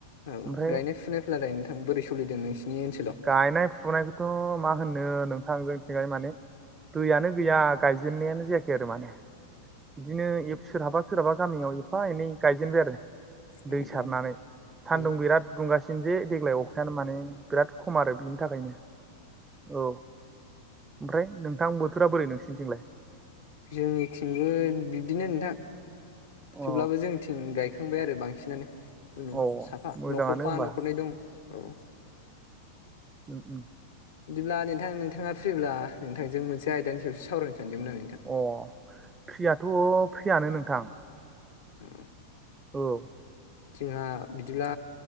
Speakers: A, on the left; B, on the right.
A: औ
B: ओमफ्राय
A: गायनाय फुनायफ्रालाय नोंथां बोरै सोलिदों नोंसिनि ओनसोलाव
B: गायनाय फुनायखौथ' मा होननो नोंथां जोंथिंजाय माने दैयानो गैया गायजेननायानो जायाखै आरो माने बिदिनो सोरहाबा सोरहाबा गामियाव एफा एनै गायजेनबाय आरो
A: नोंसिनि
B: दै सारनानै
A: ओनसोलाव अ
B: सान्दुं
A: औ
B: बिराद दुंगासिनो जे देग्लाय अखायानो माने बिराद खम आरो बिनि थाखायनो औ ओमफ्राय नोंथां बोथोरा बोरै नोंसिनिथिंलाय
A: जोंनिथिंबो बिदिनो नोंथां
B: अ
A: थेवब्लाबो जोंथिं गाय- खांबाय आरो बांसिनानो उनु
B: औ
A: साफा
B: मोजाङानो
A: न'खरफा
B: होमबा
A: न'खरनै दं औ
B: उम उम
A: बिदिब्ला नोंथां नोंथाङा फ्रिब्ला नोंथांजों मोनसे आयदानि सायावसो सावरायनो सानदोंमोन आं नोंथां
B: अ फ्रियाथ' फ्रियानो नोंथां
A: अ
B: औ
A: जोंहा बिदिब्ला